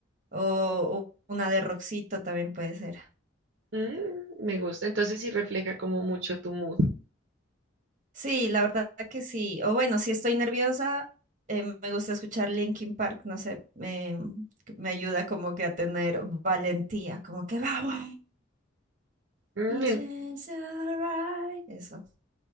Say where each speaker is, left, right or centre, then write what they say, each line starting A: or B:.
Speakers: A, on the right; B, on the right.
A: O u- una de rockcito también puede ser.
B: mm, me gusta. Entonces sí refleja como mucho tu mood.
A: Sí, la verdad que sí. O bueno, si estoy nerviosa, eh, me gusta escuchar Linkin Park, no sé, me, que me ayuda como que a tener valentía, como que vamos.
B: Mm,
A: It's
B: en-
A: alright. Eso.